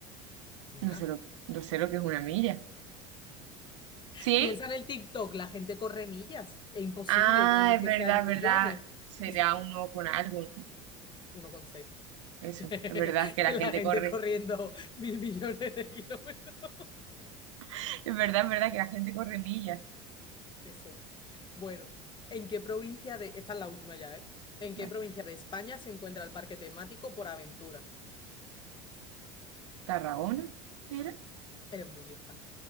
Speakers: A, on the left; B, on the right.
A: Nena,
B: No sé lo, no sé lo que es una milla. ¿Cien?
A: Piensa en el TikTok, la gente corre millas. Es imposible
B: Ah,
A: que,
B: es
A: que
B: verdad,
A: sean
B: es
A: millones.
B: verdad. Será
A: <laughs>
B: uno con algo, ¿no?
A: Uno con seis.
B: Eso,
A: <laughs>
B: es verdad que la
A: La
B: gente
A: gente
B: corre.
A: corriendo mil millones de kilómetros.
B: <laughs> Es verdad, es verdad que la gente corre millas.
A: Eso. Bueno, ¿en qué provincia de... Esta es la última ya, ¿eh? ¿En
B: ¿La
A: qué provincia de España se encuentra el parque temático Por Aventura?
B: ¿Tarragona era?
A: Eres muy lista.